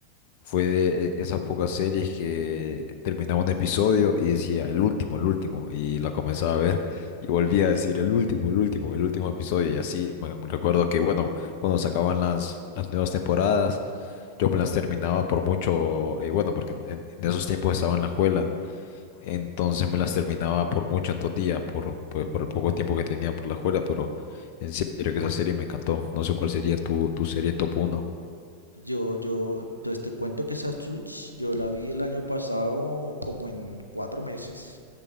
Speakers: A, on the left; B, on the left.
A: Fue de e, esas pocas series que terminaba un episodio y decía el último, el último, y la comenzaba a ver y volvía a decir el último, el último, el último episodio y así. Me recuerdo que, bueno, cuando sacaban las, las nuevas temporadas, yo me las terminaba por mucho, eh, bueno, porque en, en- en esos tiempos estaba en la escuela, entonces me las terminaba por mucho en dos días, por, pues, por el poco tiempo que tenía por la escuela, pero en serio que esa serie me encantó. No sé cuál sería tu, tu serie top uno
B: Yo, yo, pues te cuento que esa Suits, yo la vi el año pasado como en cuatro meses.